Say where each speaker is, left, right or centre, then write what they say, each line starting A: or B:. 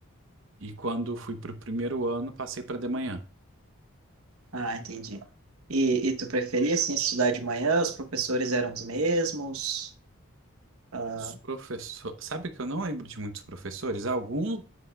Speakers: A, on the right (about 65°); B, on the right (about 85°).
A: e quando fui para o primeiro ano, passei para de manhã.
B: ah, entendi. E, e tu preferia assim, estudar de manhã? Os professores eram os mesmos? Ah,
A: Os professores. Sabe que eu não lembro de muitos professores? Alguns